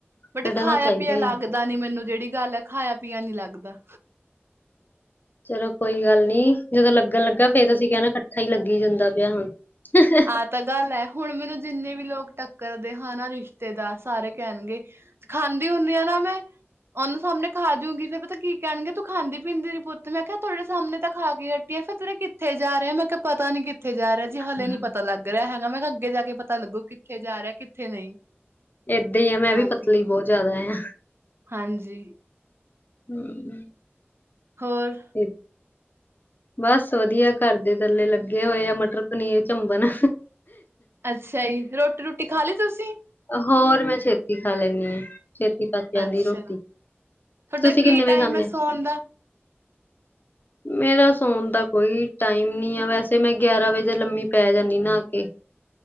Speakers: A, on the right; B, on the left.
A: ਬੇਟੇ
B: ਕੱਢਣਾ
A: ਖਾਇਆ
B: ਚਾਹੀਦਾ
A: ਪੀਆ
B: ਈ।
A: ਲੱਗਦਾ ਨੀ ਮੈਨੂੰ ਜਿਹੜੀ ਗੱਲ ਆ ਖਾਇਆ ਪੀਆ ਨੀ ਲੱਗਦਾ।
B: ਚਲੋ ਕੋਈ ਗੱਲ ਨੀ ਜਦੋਂ ਲੱਗਣ ਲੱਗਾ ਫੇਰ ਤੁਸੀ ਕਹਿਣਾ ਇਕੱਠਾ ਹੀ ਲੱਗੀ ਜਾਂਦਾ ਪਿਆ ਹੁਣ। ਹ।
A: ਆਹ ਤਾਂ ਗੱਲ ਹੈ ਹੁਣ ਮੈਨੂੰ ਜਿੰਨੇ ਵੀ ਲੋਕ ਟੱਕਰਦੇ ਹਨ ਨਾ ਰਿਸ਼ਤੇਦਾਰ ਸਾਰੇ ਕਹਿਣਗੇ। ਖਾਂਦੀ ਹੁੰਦੀ ਹ ਨਾ ਮੈਂ ਓਹਨਾ ਸਾਹਮਣੇ ਖਾ ਜੂਗੀ ਫਿਰ ਪਤਾ ਕੀ ਕਹਿਣਗੇ ਤੂੰ ਖਾਂਦੀ ਪੀਂਦੀ ਨੀ ਪੁੱਤ ਮੈਂ ਕਿਹਾ ਤੁਹਾਡੇ ਸਾਹਮਣੇ ਤਾਂ ਖਾ ਕੇ। ਫਿਰ ਤੇਰੇ ਕਿੱਥੇ ਜਾ ਰਿਹੇ ਮੈਂ ਕਿਹਾ ਪਤਾ ਨੀ ਕਿੱਥੇ ਜਾ ਰਿਹਾ। ਜੀ ਹਾਲੇ
B: ਹਾਂ
A: ਨੀ ਪਤਾ ਲੱਗ ਰਿਹਾ ਹੈਗਾ ਮੈਂ ਕਿਹਾ ਅੱਗੇ ਜਾ ਕੇ ਪਤਾ ਲੱਗੂ ਕਿੱਥੇ ਜਾ ਰਿਹਾ ਕਿੱਥੇ ਨਹੀਂ।
B: ਏਦਾਂ ਹੀ ਆ ਮੈਂ
A: ਹਾਂਜੀ
B: ਵੀ ਪਤਲੀ ਬਹੋਤ ਜ਼ਿਆਦਾ ਆ।
A: ਹਾਂਜੀ।
B: ਹੂੰ।
A: ਹੋਰ।
B: <inaudible> ਬਸ ਵਧੀਆ ਘਰ ਦੇ ਥੱਲੇ ਲੱਗੇ ਹੋਏ ਆ ਮਟਰ ਪਨੀਰ ਚੰਬਣ।
A: ਅੱਛਾ ਜੀ ਰੋਟੀ ਰੂਟੀ ਖਾ ਲਈ ਤੁਸੀਂ।
B: ਹੋਰ ਮੈਂ ਛੇਤੀ ਖਾ ਲੈਣੀ ਆ। ਛੇਤੀ ਪੱਕ ਜਾਂਦੀ
A: ਅੱਛਾ
B: ਰੋਟੀ
A: ਤੁਹਾਡਾ
B: ਤੁਸੀਂ
A: ਕੀ
B: ਕਿੰਨੇ ਵਜੇ ਖਾਂਦੇ।
A: <unintelligible>
B: ਮੇਰਾ ਸੌਣ ਦਾ ਕੋਈ ਟਾਈਮ ਨੀ ਆ ਵੈਸੇ ਮੈਂ ਗਿਆਰਾਂ ਵਜੇ ਲੰਮੀ ਪੈ ਜਾਂਦੀ ਨਹਾ ਕੇ।